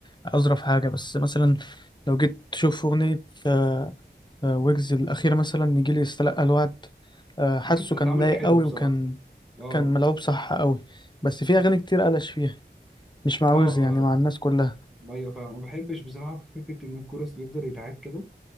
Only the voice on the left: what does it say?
أظرف حاجة بس مثلا لو جيت تشوف أغنية آه، آه، ويجز الأخير مثلا نيجي لي يستلقى الوعد آه، حاسه
كان لايق
قوي
وكان
كان ملعوب صح قوي بس في أغاني كتير قلش فيها مش مع
ويجز
يعني مع الناس كلها